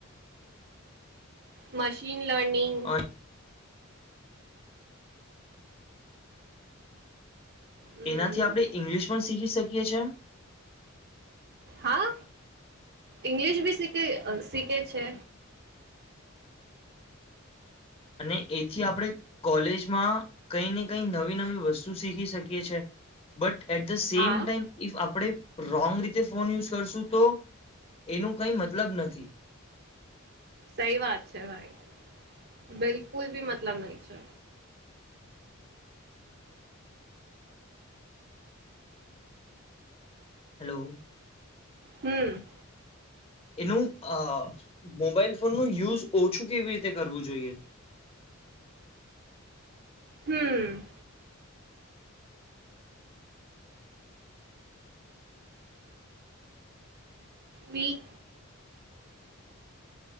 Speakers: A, on the right; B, on the left.
A: Machine learning.
B: અ
A: હમ
B: એનાથી આપણે ઈંગ્લિશ પણ શીખી શકીએ છે.
A: હા, ઇંગ્લિશ બી શીખે શીખે છે.
B: અને એથી આપણે કોલેજમાં કંઈ ને કંઈ નવી નવી વસ્તુ શીખી શકીએ છે. બટ એટ ધ સેમ
A: હા
B: ટાઈમ, ઇફ આપણે રોંગ રીતે ફોન યુઝ કરશું તો એનું કંઈ મતલબ નથી.
A: સહી વાત છે, ભાઈ. બિલકુલ બી મતલબ નહીં છે.
B: <unintelligible> હલો.
A: હમ.
B: એનું અ મોબાઈલ ફોનનો યુઝ ઓછું કેવી રીતે કરવું જોઈએ?
A: હમ. We